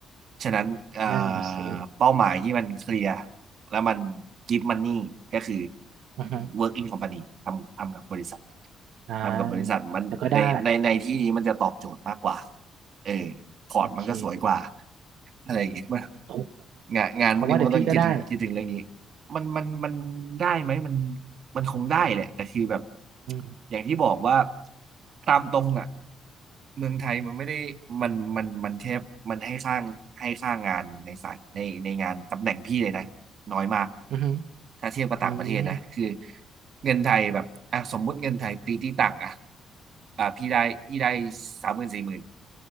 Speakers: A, on the right; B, on the right.
A: ฉะนั้นเอ่
B: นั่นน่ะสิ
A: อเป้าหมายที่มันเคลียร์แล้วมันกิฟต์มันนี่ก็คือ
B: อืมฮึ
A: work in company ทำทำกับบริษัท
B: อ่า
A: ทำกับบริษัทมันในในในที่นี้มันจะตอบโจทย์มากกว่า
B: เดี๋ยวก็ได้
A: เออ พอร์ตมันก็สวยกว่า
B: โอเค
A: อะไรอย่างเงี้ยมัน
B: ผม
A: งานงานพวกนี้มันก็ต้องคิดถึงคิดถึงเรื่องนี้
B: ผมว่าเดี๋ยวพี่ก็ได้
A: มันมันมันได้ไหมมันมันคงได้แหละแต่คือแบบ
B: อืม
A: อย่างที่บอกว่าตามตรงอ่ะเมืองไทยมันไม่ได้มันมันมันแทบมันให้สร้างให้สร้างงานในสายในในงานตำแหน่งพี่เลยนะ น้อยมาก
B: อืมฮึ
A: ถ้าเทียบกับต่างประเทศนะคือ
B: อืม
A: เงินไทยแบบอ่ะสมมุติเงินไทยตีที่ต่างอ่ะอ่ะพี่ได้พี่ได้สามหมื่นสี่หมื่น